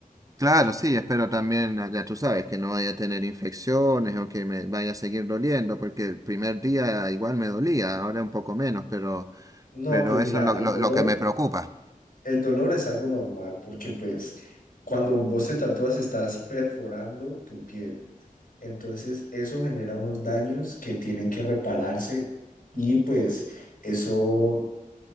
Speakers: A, on the right; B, on the left.
A: Claro, sí, espero también, ah, ya tú sabes, que no vaya a tener infecciones o que me vaya a seguir doliendo, porque el primer día igual me dolía, ahora un poco menos, pero,
B: No,
A: pero
B: pues mira,
A: eso es lo,
B: el
A: lo-
B: dolor,
A: lo que me preocupa.
B: el dolor es algo normal, porque pues cuando vos te tatúas estás perforando tu piel. Entonces, eso genera unos daños que tienen que repararse y pues eso